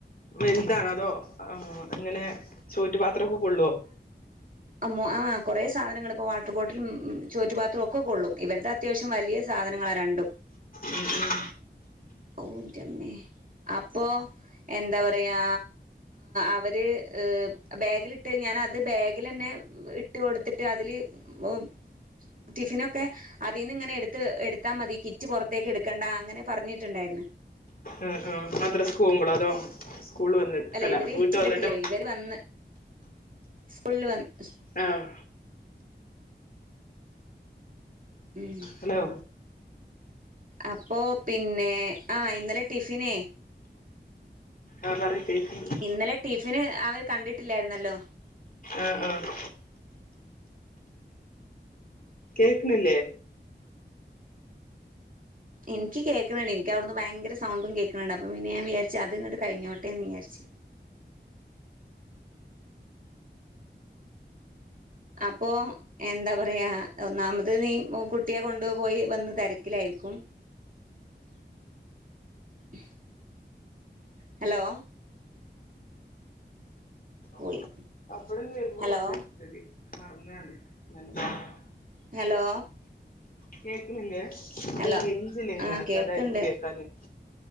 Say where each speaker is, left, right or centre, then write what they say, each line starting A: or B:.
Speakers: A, on the left (about 50°); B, on the right (about 50°).
A: വെൽതാണോ അതോ ആഹ് എങ്ങനെ ചോറ്റുപാത്രൊക്കെ കൊള്ളുവോ?
B: അമ്മു ആഹ് കൊറേ സാധനങ്ങളിപ്പം വാട്ടർ ബോട്ടിലും ചോറ്റുപാത്രവും ഒക്കെ കൊള്ളും ഇവരുടെ അത്യാവശ്യം വലിയ സാധനങ്ങളാ രണ്ടും.
A: ഉം ഉം
B: ഔ ഇന്റെ ഇമ്മെ അപ്പൊ എന്താ പറയാ അവര് ഏഹ് ബാഗിലിട്ട് ഞാനത് ബാഗിലന്നെ ഇട്ട് കൊട്ത്ത്ട്ട് അതില് ഉം ടിഫിനൊക്കെ അതിന്ന് ഇങ്ങനെടുത്ത് എടുത്താ മതി കിറ്റ് പുറത്തേക്ക് എടുക്കണ്ട അങ്ങനെ പറഞ്ഞി ട്ടുണ്ടായിരുന്ന്
A: ആഹ് ആഹ് മദ്രസ്ക് പോകുമ്പളോ അതോ സ്കൂൾ വന്നി അല്ല
B: ഇവര്
A: വീട്ട്
B: കിറ്റ് കണ്ടിട്ടില്ല
A: വന്നിട്ട്
B: ഇവര് വന്ന് സ്കൂളിൽ വന്ന് സ്
A: ആഹ്
B: ഉം
A: ഹലോ..
B: അപ്പോ പിന്നെ.,. ആ ഇന്നലെ ടിഫിനേ
A: ആ പറി കേക്ക്‌ണ് ണ്ട്.
B: ഇന്നലെ ടിഫിന് അവയ് കണ്ടിട്ടില്ലായിരുന്നല്ലോ.
A: ആ ആഹ് കേക്ക്ണില്ലേ?
B: ഇന്ക് കേൾക്കുണ് ണ്ട് ഇന്ക്കവിടുന്ന് ഭയങ്കര സൗണ്ടും കേൾക്കുണ് ണ്ട് അപ്പ പിന്നെ ഞാൻ വിചാരിച് അതിങ്ങട്ട് കഴിഞ്ഞോട്ടന്ന് വിചാരിച്ചു. അപ്പോ.. എന്താ പറയാ ഒന്നാമത് നീ മ് കുട്ടിയെ കൊണ്ട് പോയി വന്ന് തിരക്കിലായിരിക്കും. <inaudible> ഹലോ
A: <inaudible>
B: പോയി ഹലോ ഹലോ
A: കേക്കണില്ലേ
B: ഹലോ
A: റേഞ്ചില്ലയ്നു
B: ആ
A: നേരത്തെ
B: കേൾക്കണ്ട്
A: അതായിരിക്കും കേക്കാഞ്ഞ്.